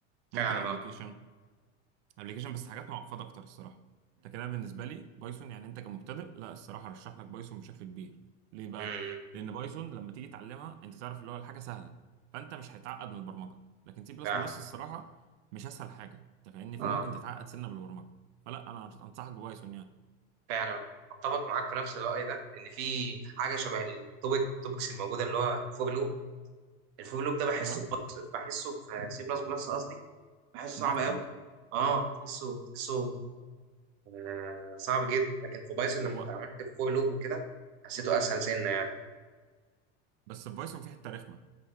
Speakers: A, on the right; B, on the right.
A: ممكن
B: فعلا
A: ابلكيشن
B: اه
A: ابلكيشن بس حاجات معقده اكتر الصراحه انت كده بالنسبه لي بايثون يعني انت كمبتدئ لا الصراحه ارشح لك بايثون بشكل كبير ليه بقى
B: امم
A: لان بايثون لما تيجي تعلمها انت تعرف اللي هو الحاجه سهله فانت مش هيتعقد من البرمجه لكن سي بلس
B: فعلا
A: بلس الصراحه مش اسهل حاجه انت فاهمني فممكن
B: اه
A: تتعقد سنه بالبرمجه فلا انا انصحك ببايثون يعني
B: فعلا آه. اتفق معاك في نفس الراي ده ان في حاجه شبه التوبيك من التوبكس الموجوده اللي هو الفور لوب الفور لوب ده بحسه
A: اه
B: في بلس بحسه في سي بلس بلس قصدي بحسه
A: معقد
B: صعب قوي اه تحسه تحسه آه، صعب جدا لكن في بايثون لما
A: هو
B: اتعاملت في فور لوب وكده حسيته اسهل سنه يعني
A: بس في بايثون في حته رخمه